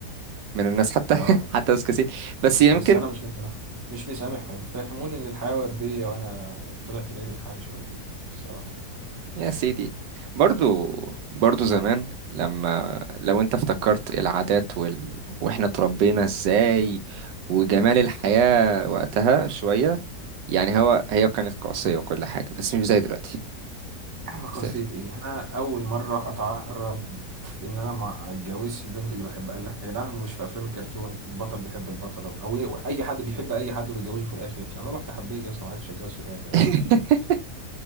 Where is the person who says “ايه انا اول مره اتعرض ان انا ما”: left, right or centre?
Right